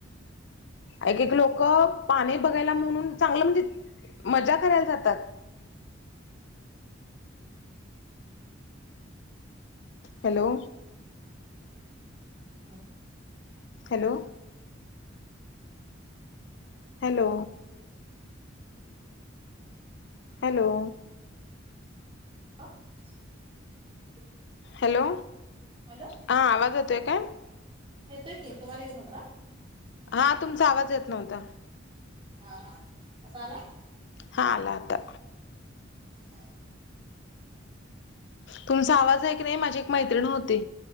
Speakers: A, on the left; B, on the right.
A: एक एक लोक पाणी बघायला म्हणून चांगलं म्हणजे मजा करायला जातात. Hello.
B: <unintelligible>
A: Hello. Hello. Hello.
B: <unintelligible>
A: Hello
B: hello
A: हा आवाज येतोय काय.
B: येतय की तुम्हाला येत नव्हता.
A: हा तुमचा आवाज येत नव्हता.
B: हा हा हा आता आला.
A: हा आला आता.
B: हा
A: तुमचा आवाज आहे की नाही माझी एक मैत्रिण होती